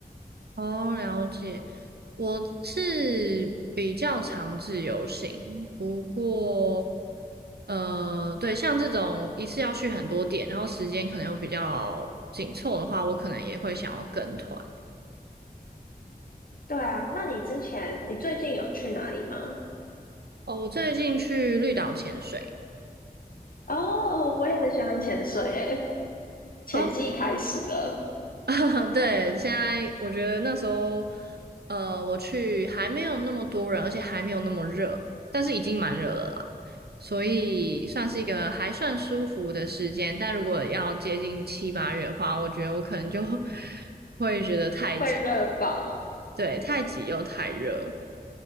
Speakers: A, on the right; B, on the left.
A: 哦，了解。我是比较常自由行，不过，呃，对，像这种一次要去很多点，然后时间可能又比较紧凑的话，我可能也会想要跟团。
B: 对啊，那你之前你最近有去哪里吗？
A: 哦，我最近去绿岛潜水。
B: 哦，我也很喜欢潜水诶，潜季开始了，
A: 哦 <laughs> 对，现在我觉得那时候，呃，我去还没有那么多人，而且还没有那么热，但是已经蛮热了啦，所以算是一个还算舒服的时间。但如果要接近七八月的话，我觉得我可能就 <laughs> 会觉得太挤，
B: 会热爆。
A: 对，太挤又太热。